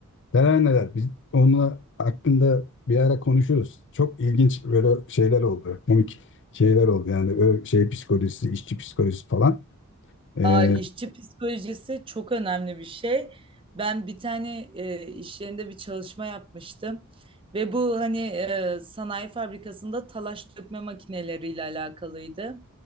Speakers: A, on the left; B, on the right.
A: Neler neler. Biz onunla hakkında bir ara konuşuruz. Çok ilginç böyle şeyler oldu. Komik şeyler oldu. Yani ö- şey psikolojisi, işçi psikolojisi falan. E,
B: Aa, işçi psikolojisi çok önemli bir şey. Ben bir tane e, iş yerinde bir çalışma yapmıştım ve bu hani e, sanayi fabrikasında talaş dökme makineleriyle alakalıydı.